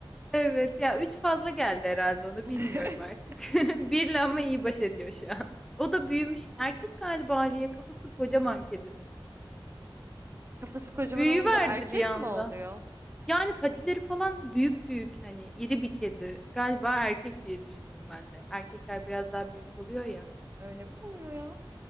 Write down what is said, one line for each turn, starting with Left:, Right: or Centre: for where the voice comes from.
Centre: Evet ya 3 fazla geldi herhalde onu
Right: <laughs>
Centre: bilmiyorum artık. <laughs> Birle ama iyi baş ediyor şu an. O da büyümüş. Erkek galiba Aliye kafası kocaman kedinin.
Right: Kafası kocaman
Centre: Büyüverdi
Right: olunca erkek
Centre: bir anda.
Right: mi oluyor?
Centre: Yani patileri falan büyük büyük hani iri bir kedi. Galiba erkek diye düşündüm ben de. Erkekler biraz daha büyük oluyor ya.
Right: Öyle mi oluyor ya?